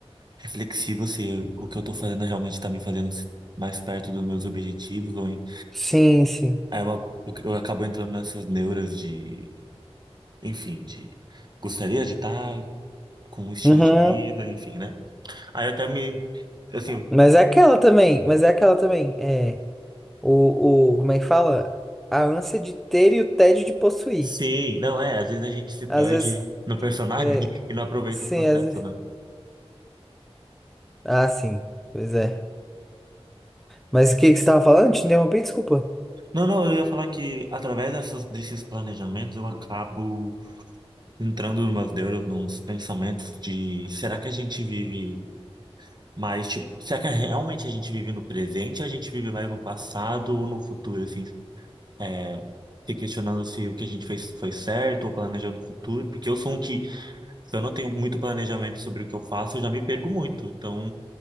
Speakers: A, on the right; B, in the centre.
A: reflexivo se o que eu tô fazendo realmente tá me fazendo mais perto dos meus objetivos. Ou, em-
B: Sim, sim.
A: aí eu, ac- eu acabo entrando nessas neuras de, enfim, de gostaria de estar com um estilo
B: Uhum.
A: de vida, enfim, né? Aí eu até me. Assim,
B: Mas é aquela também, mas é aquela também. É, o, o, como é que fala? A ânsia de ter e o tédio de possuir.
A: sim, não é. Às vezes a gente se perde
B: Às vezes,
A: no personagem
B: é,
A: <laughs> e não aproveita
B: sim,
A: o processo,
B: às vezes.
A: né?
B: Ah, sim, pois é. Mas o que que você tava falando? Te interrompi, desculpa.
A: Não, não, eu ia falar que através dessas, desses planejamentos eu acabo entrando nos deuses, nos pensamentos de será que a gente vive mais, tipo, será que realmente a gente vive no presente ou a gente vive mais no passado ou no futuro, assim, é, se questionando se o que a gente fez foi certo ou planejando o futuro, porque eu sou um que Se eu não tenho muito planejamento sobre o que eu faço, eu já me perco muito. Então,